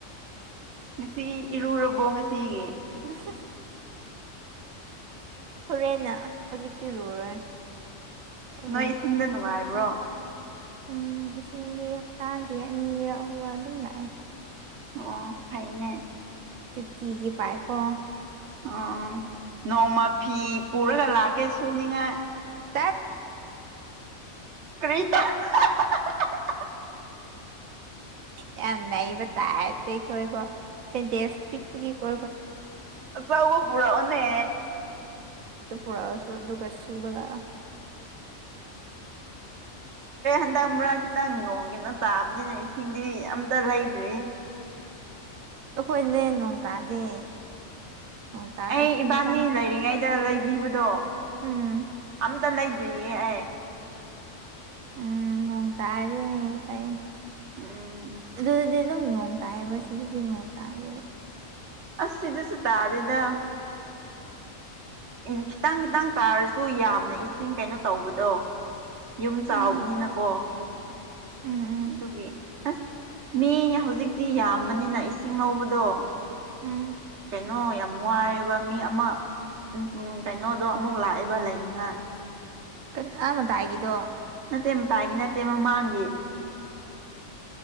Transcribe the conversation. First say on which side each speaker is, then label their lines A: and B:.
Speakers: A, on the right; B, on the right.
A: ꯉꯁꯤ ꯏꯔꯨꯔꯕꯣ ꯉꯁꯤꯒꯤ
B: <unintelligible> ꯍꯣꯔꯦꯟꯅ ꯍꯧꯖꯤꯛꯇꯤ ꯂꯨꯔꯣꯏ ꯍꯣꯔꯦꯟ
A: ꯅꯣꯏ ꯏꯁꯤꯡꯗ ꯅꯨꯡꯉꯥꯏꯕ꯭ꯔꯣ
B: ꯎꯝ ꯏꯁꯤꯡꯗꯤ ꯍꯞꯇꯥꯒꯤ ꯑꯅꯤꯔꯛ ꯑꯍꯨꯝꯔꯛ ꯑꯗꯨꯝ ꯂꯥꯛꯑꯦ
A: ꯑꯣ ꯐꯩꯅꯦ
B: ꯇꯇꯤꯒꯤ ꯄꯥꯏꯀꯣ
A: ꯎ ꯅꯣꯡꯃ ꯐꯤ ꯄꯨꯔꯒ ꯂꯥꯛꯀꯦ ꯁꯨꯅꯤꯡꯉꯥꯏ
B: ꯇꯠ
A: ꯀꯔꯤꯇ <unintelligible>
B: ꯌꯥꯝ ꯅꯩꯕ ꯇꯥꯏ ꯇ ꯀ ꯁꯦꯟꯇꯦꯁ ꯄꯛ ꯄꯒꯤꯀꯣ
A: ꯑꯥꯎꯕ ꯄꯨꯔꯣꯅꯦ
B: ꯄꯨꯔꯥ ꯑꯁꯨ ꯗꯨꯒ ꯁꯨꯨꯕ ꯂꯥꯛꯑꯦ
A: ꯍꯟꯗ ꯃꯨꯔꯥ ꯈꯤꯇꯪ ꯅꯣꯡꯒꯤꯅ ꯇꯥꯕꯅꯤꯅ ꯏꯁꯤꯡꯗꯤ ꯑꯝꯇ ꯂꯩꯗ꯭ꯔꯤ
B: ꯑꯩꯈꯣꯏꯅꯦ ꯅꯣꯡ ꯇꯥꯗꯦ ꯅꯣꯡ ꯇꯥꯔꯁꯨ
A: ꯑꯩ ꯏꯕꯥꯅꯤ
B: ꯈꯤꯇꯪ ꯈꯤꯇꯪ
A: ꯂꯩꯔꯤꯉꯩꯗ ꯂꯩꯕꯤꯕꯗꯣ
B: ꯎꯝ
A: ꯑꯝ ꯂꯩꯗ꯭ꯔꯤꯌꯦ ꯑꯩ
B: ꯎꯝ ꯅꯣꯡ ꯇꯥꯔꯦ ꯐꯩ
A: ꯎꯝ
B: ꯑꯗꯨꯗꯤ ꯑꯗꯨꯝ ꯅꯣꯡ ꯇꯥꯏꯌꯦꯕ ꯁꯤꯗꯗꯤ ꯅꯣꯡ ꯇꯥꯅꯦꯕ
A: ꯑꯁꯤꯗꯁꯨ ꯇꯥꯗꯦꯗ ꯎꯝ ꯈꯤꯇꯪ ꯈꯤꯇꯪ ꯇꯥꯔꯁꯨ ꯌꯥꯝꯅ ꯏꯁꯤꯡ ꯀꯩꯅꯣ ꯇꯧꯕꯗꯣ ꯌꯨꯝ ꯆꯥꯎꯕꯅꯤꯅꯀꯣ
B: ꯎꯝ ꯎꯝ
A: ꯑꯗꯨꯒꯤ
B: ꯎꯝ
A: ꯑꯁ ꯃꯤ ꯍꯧꯖꯤꯛꯇꯤ ꯌꯥꯝꯕꯅꯤꯅ ꯏꯁꯤꯡ ꯉꯧꯕꯗꯣ
B: ꯎꯝ
A: ꯀꯩꯅꯣ ꯌꯥꯝ ꯋꯥꯔꯦꯕ ꯃꯤ ꯑꯃ ꯎ ꯎ ꯀꯩꯅꯣꯗꯣ ꯑꯃꯨꯛ ꯂꯥꯛꯑꯦꯕ ꯂꯩꯅꯤꯡꯉꯥꯏ
B: ꯀ ꯑ ꯃ ꯇ ꯍꯥꯏꯒꯤꯗꯣ
A: ꯅꯠꯇꯦ ꯇꯥꯏꯒꯤ ꯅꯠꯇꯦ ꯑꯃ ꯃꯥꯡꯈꯤ